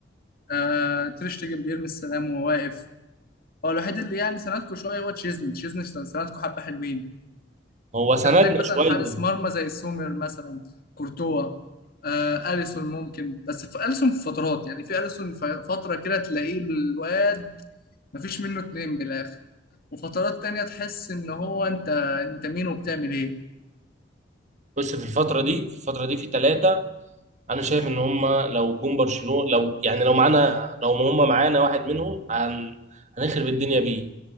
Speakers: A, on the left; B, on the right.
A: آه تريش تيجن بيرمي السلام وهو واقف هو الوحيد اللي يعني سندكوا شوية هو تشيزني تشيزني سندكوا حبة حلوين
B: هو سندنا
A: انت محتاج مثلا
B: شويه
A: حارس مرمى زي سومر مثلا كورتوا آه اليسون ممكن بس في اليسون في فترات يعني في اليسون في فتره كده تلاقيه الواد مفيش منه اتنين من الاخر وفترات تانية تحس ان هو انت انت مين وبتعمل ايه
B: بص في الفتره دي في الفتره دي في ثلاثه انا شايف ان هم لو جم برشلونه لو يعني لو معانا لو هم معانا واحد منهم هن... هنخرب الدنيا بيه